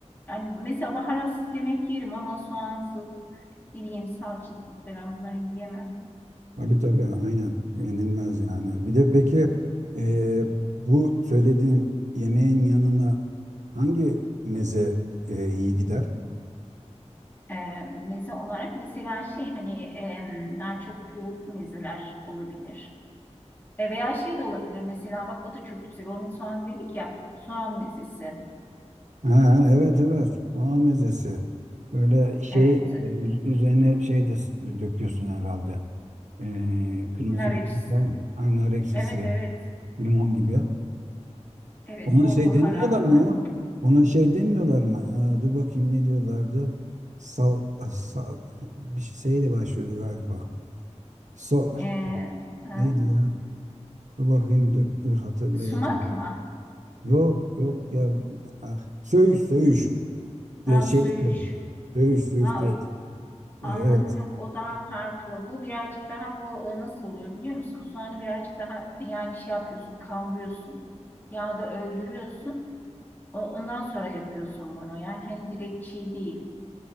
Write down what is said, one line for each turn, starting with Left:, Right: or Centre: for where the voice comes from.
Left: Yani mesela baharatsız yemek yerim ama soğansız, ne bileyim salçasız falan bunları yiyemem.
Right: Tabii tabii aynen yenilmez yani. Bir de peki e, bu söylediğim yemeğin yanına hangi meze e, iyi gider?
Left: E, meze olarak mesela şey hani e, daha çok yoğurt mezeler olabilir. E, veya şey de olabilir mesela bak o da çok güzel. Onun soğan dedik ya soğan mezesi.
Right: Ha, evet evet soğan mezesi. Böyle şey
Left: Evet.
Right: e, üz- üzerine şey de s- döküyorsun herhalde. E, kırmızı
Left: Nar
Right: biber
Left: ekşisi.
Right: falan. Ha, nar ekşisi,
Left: Evet evet.
Right: limon gibi.
Left: Evet
Right: Ona
Left: bol
Right: şey
Left: baharatlı.
Right: demiyorlar mı ya? Ona şey demiyorlar mı? Aa, dur bakayım ne diyorlardı? Sal, sal bir şeyle başlıyordu galiba. So,
Left: E, e,
Right: neydi ya? Dur bakayım dur dur hatırlayacağım.
Left: <laughs> sumak mı?
Right: Yok yok ya. Ah, söğüş söğüş. De,
Left: Ha
Right: şey
Left: söğüş.
Right: söğüş. Söğüş söğüş.
Left: Ha
Right: de- e,
Left: anladım
Right: Evet.
Left: yok o daha farklı. Bu birazcık daha bu e, nasıl oluyor biliyor musun? Soğanı birazcık daha yani şey yapıyorsun kavuruyorsun. Yağda öldürüyorsun. O- Ondan sonra yapıyorsun bunu. Yani hani direkt çiğ değil.